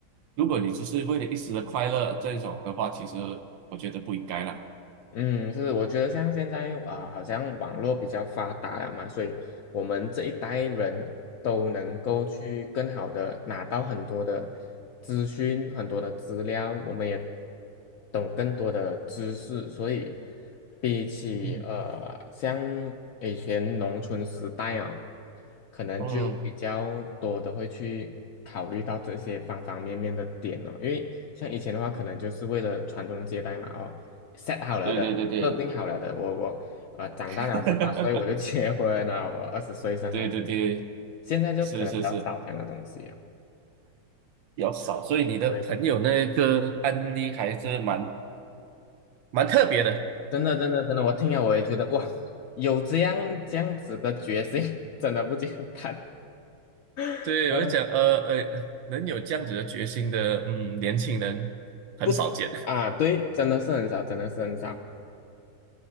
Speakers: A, on the right; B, on the left.
A: 如果你只是为了一时的快乐这种的话，其实我觉得不应该啦。
B: 嗯，是，我觉得像现在啊、好像网络比较发达了嘛，所以我们这一代人都能够去更好的拿到很多的资讯、很多的资料，我们也懂更多的知识，所以比起呃，
A: <laughs>
B: 像以前农村时代哦，可能就比较多的会去考虑到这些方方面面的点哦，
A: 嗯。
B: 因为像以前的话，可能就是为了传宗接代嘛，哦。set 好了的，
A: 对对对对，
B: 设定好了的。我我呃，长大了十八岁我就结婚了，
A: <laughs>
B: 我二十岁生孩子，
A: 对对对，
B: 现在就可能比较少这样的东西了。
A: 是是是，比较少，所以你的朋友那个案例还是蛮
B: 对，
A: 蛮特别的。
B: 真的真的真的，我听了我也觉得哇，有这样这样子的决心，<laughs> 真的不简单 <laughs>。
A: 对，
B: 嗯，
A: 我就讲，呃呃，能有这样子的决心的，嗯，年轻人很少见。
B: 不是啊，
A: <laughs>
B: 对，真的是很少，真的是很少。